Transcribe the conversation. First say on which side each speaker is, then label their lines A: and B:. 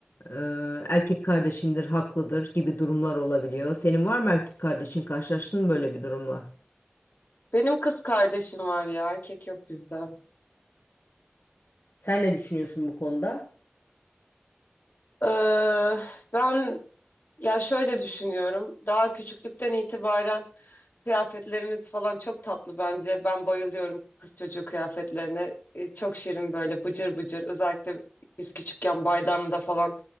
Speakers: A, on the left (about 70°); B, on the left (about 50°).
A: Ee, erkek kardeşindir, haklıdır gibi durumlar olabiliyor. Senin var mı erkek kardeşin? Karşılaştın mı böyle bir durumla?
B: Benim kız kardeşim var ya erkek yok bizde.
A: Sen ne düşünüyorsun bu konuda?
B: Ee, ben ya şöyle düşünüyorum daha küçüklükten itibaren Kıyafetlerimiz falan çok tatlı bence. Ben bayılıyorum kız çocuğu kıyafetlerine. E, çok şirin böyle bıcır bıcır. Özellikle biz küçükken bayramda falan